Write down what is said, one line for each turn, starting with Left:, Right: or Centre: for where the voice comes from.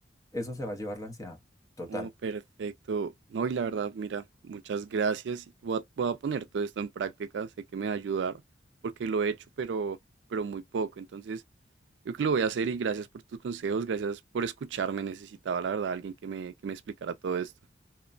Left: Eso se va a llevar la ansiedad total.
Right: Oh, perfecto. No, y la verdad, mira, muchas gracias. Voy a, voy a poner todo esto en práctica, sé que me va a ayudar, porque lo he hecho, pero, pero muy poco. Entonces, yo creo que lo voy a hacer y gracias por tus consejos, gracias por escucharme. Necesitaba, la verdad, alguien que me, que me explicara todo esto.